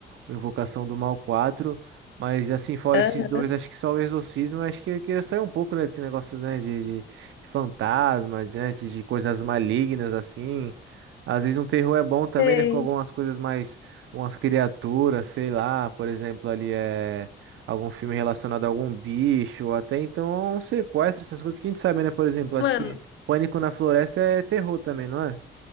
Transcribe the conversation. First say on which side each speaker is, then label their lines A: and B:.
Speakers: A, on the right; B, on the left.
A: o Invocação do Mal 4. Mas assim, fora
B: Aham.
A: esses dois, acho que só o Exorcismo, acho que eu queria sair um pouco, né, desse negócio, né, de, de, de fantasma, de, né, de de coisas malignas, assim. Às vezes um terror é bom também,
B: Sei.
A: né, com algumas coisas mais, umas criaturas, sei lá, por exemplo, ali é algum filme relacionado a algum bicho, ou até então um sequestro, essas coisas, porque a gente sabe, né, por exemplo, acho
B: Mano,
A: que Pânico na Floresta é terror também, não é?